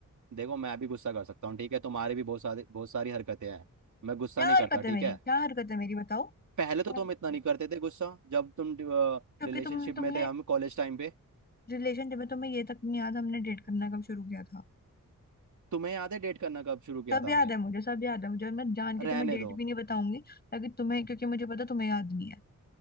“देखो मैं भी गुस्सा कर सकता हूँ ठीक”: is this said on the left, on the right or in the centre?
Right